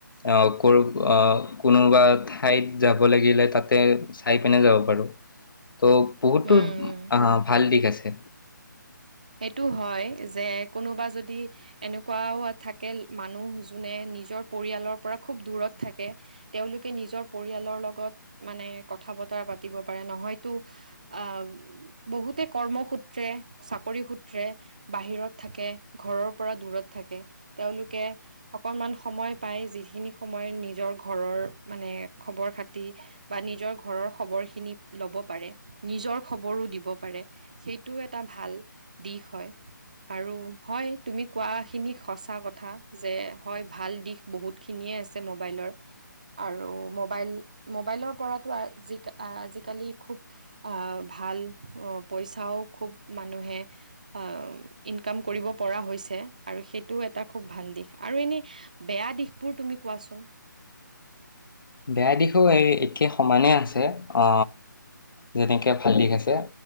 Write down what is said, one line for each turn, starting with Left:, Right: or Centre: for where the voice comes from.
Left: আহ ক আহ কোনোবা ঠাইত যাব লাগিলে তাতে চাই পিনে যাব পাৰো।
Right: <inaudible>
Left: তো বহুতো
Right: উম
Left: আহ ভাল দিশ আছে।
Right: সেইটো হয় যে কোনোবা যদি এনেকুৱাও থাকে মানুহ যোনে নিজৰ পৰিয়ালৰ পৰা খুব দূৰত থাকে, তেওঁলোকে নিজৰ পৰিয়ালৰ লগত মানে কথা বতৰা পাতিব পাৰে, নহয়তো আ, বহুতে কৰ্মসূত্ৰে চাক <unintelligible> সূত্ৰে বাহিৰত থাকে ঘৰৰ পৰা দূৰত থাকে তেওঁলোকে অকনমান সময় পায় যিখিনি সময় নিজৰ ঘৰৰ মানে খবৰ খাতি বা নিজৰ ঘৰৰ খবৰখিনি ল'ব পাৰে নিজৰ খবৰো দিব পাৰে সেইটো এটা ভাল দিশ হয়। আৰু হয় তুমি কোৱা খিনি সচা কথা যে হয় ভাল দিশ বহুত খিনিয়ে আছে মোবাইলৰ আৰু মোবাইল মোবাইলৰ পৰাতো আজ আজিকালি খুব আ, ভাল ভাল পইচাও খুব মানুহে অ, ইনকাম কৰিব পৰা হৈছে আৰু সেইটোও এটা খুব ভাল দিশ আৰু এনে বেয়া দিশবোৰ তুমি কোৱাচোন?
Left: বেয়া দিশো এই একে সমানেই আছে অ, যেনেকে ভাল দিশ আছে।